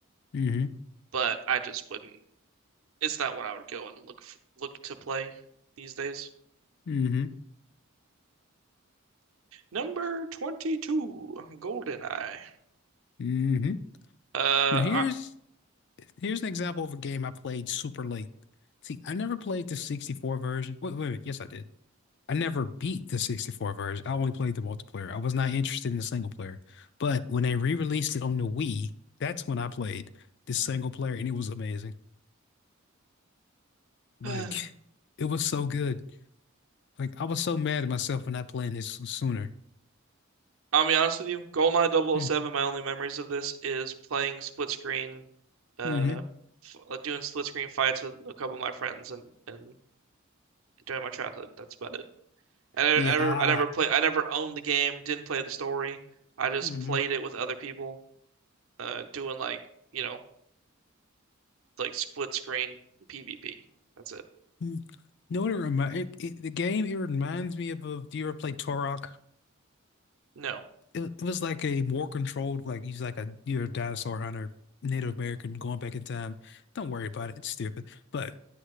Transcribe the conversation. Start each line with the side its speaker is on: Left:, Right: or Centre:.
Left: hmm
Right: But I just wouldn't. It's not what I would go and look f look to play these days.
Left: hmm
Right: Number 22, GoldenEye.
Left: hmm
Right: Uh,
Left: Now here's here's an example of a game I played super late. See, I never played the 64 version. Wait, wait, wait. Yes, I did. I never beat the 64 version. I only played the multiplayer. I was not interested in the single player. But when they re-released it on the Wii, that's when I played the single player and it was amazing. Like
Right: I, <sighs>
Left: it was so good. Like I was so mad at myself for not playing this sooner.
Right: I'll be honest with you, GoldenEye double oh 007,
Left: Hmm.
Right: my only memories of this is playing split screen, uh,
Left: Mm-hmm.
Right: f uh, doing split screen fights with a couple of my friends and, and during my childhood. That's about it. I never,
Left: Yeah,
Right: I never,
Left: I
Right: I never play, I never owned the game, didn't play the story. I just
Left: mm-hmm.
Right: played it with other people, uh, doing like, you know, like split screen PvP. That's it.
Left: You know what it reminds it, it, the game it reminds me of, of do you ever play Torok?
Right: No.
Left: it, it was like a more controlled, like he's like a you're a dinosaur hunter, Native American going back in time. Don't worry about it. It's stupid. But